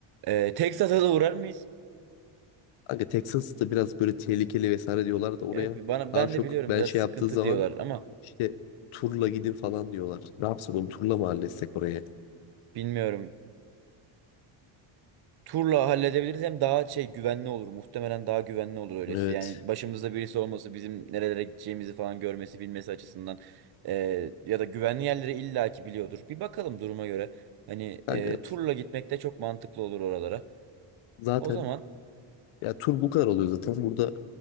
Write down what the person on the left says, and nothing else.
Kanka Texas'ta biraz böyle tehlikeli vesaire diyorlar da oraya
daha
çok
ben
şey
yaptığı zaman
işte turla gidin falan diyorlar. Ne yapsak oğlum turla mı halletsek oraya?
Evet.
Kanka
zaten
Ya tur bu kadar oluyor zaten. Burada